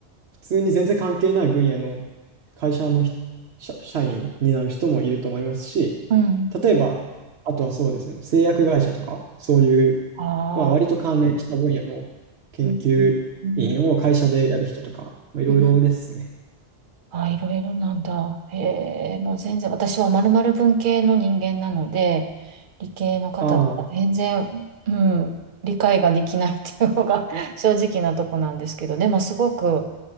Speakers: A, on the right; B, on the right.
A: 普通に全然関係ない分野の会社のひ社、社員になる人もいると思いますし、
B: うん。
A: 例えば、あとはそうですね、製薬会社とか、そういう、
B: ああ、
A: まあ割と関連した分野の研究員を会社でやる人とか、
B: うん、うん、
A: まあ、いろいろですね。
B: うんあ、いろいろなんだ。へえ、もう全然、私はまるまる文系の人間なので、理系の方とか全然、
A: あ
B: うん、理解ができないっていうのが <laughs> 正直なとこなんですけど、でもすごく、